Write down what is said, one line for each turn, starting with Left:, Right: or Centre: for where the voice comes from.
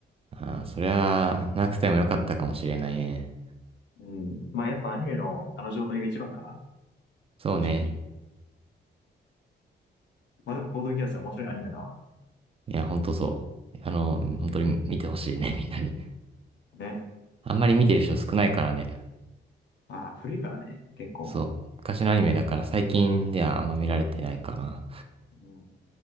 Right: ああ、そりゃ、なくてもよかったかもしれないね。
Left: うん。まあやっぱアニメのあの状態が一番かな。
Right: そうね。
Left: 正直。まあでも、コードギアスは面白いアニメだわ。
Right: いや、ほんとそう。あの、本当に見てほしいね、<laughs> みんなに。
Left: ね。
Right: あんまり見てる人少ないからね。
Left: ああ、古いからね、結構。
Right: そう。昔のアニメだから最近ではあんま見られてないかな。
Left: うん